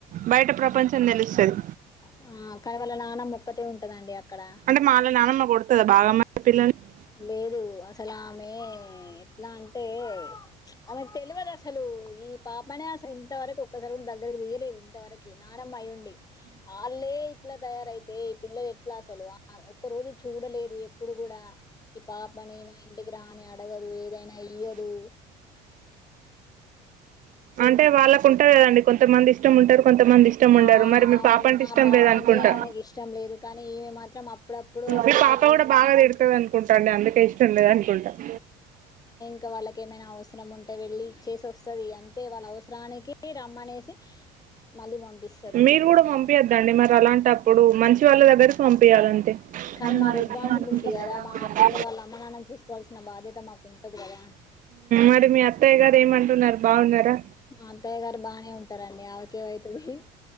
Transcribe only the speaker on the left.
ఆ కానీ వాళ్ళ నాన్నమ్మ ఒక్కతే ఉంటదండి అక్కడ
లేదు అసలు ఆమె. ఎట్లా అంటే ఆమెకు తెలవదు అసలు ఈ పాపనే అసలు ఇంతవరకు ఒక్కసారి కూడా దగ్గర వెయలేము వ నానమ్మయి ఊడి వాళ్ళే ఇట్లా తయారైతే పిల్లలు ఎట్లా అసలు ఒక రోజు చూడలేదు ఎప్పుడు కూడా ఈ పాపని మా ఇంటికి రాని అడగదు ఏదైనా తెలియధు
ఆ
అవును
మా
పాప
అంటే ఆమెకి ఇష్టం లేదు కానీ ఈమె మాత్రం అప్పుడప్పుడు అట్లా
ఆల్-
ఇ వాళ్ళక ఏమైనా అవసరం ఉంటే వెళ్ళి ఇచ్చేసి వస్తుది అంతే వాళ్ళ అవసరానికి రమ్మనేసి మళ్ళీ పంపిస్తారు
కానీ మా
రెస్పాన్సిబిలిటీ
కదా
మా హస్బెండ్ వాళ్ళ అమ్మ నాన్నని చూసుకోవాల్సిన బాధ్యత మాకు ఉంటది కదా
మా అంతయ్య గారు బాగానే ఉంటారండి ఎమావుతుంధి